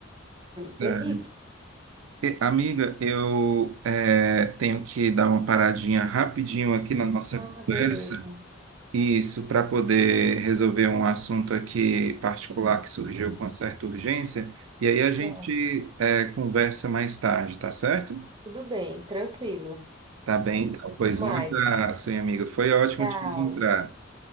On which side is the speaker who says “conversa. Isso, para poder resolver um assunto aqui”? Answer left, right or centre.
Right